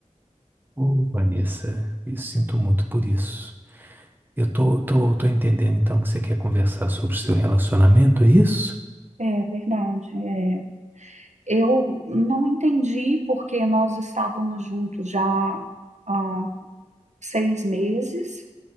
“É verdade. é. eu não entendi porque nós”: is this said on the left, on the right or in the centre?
Right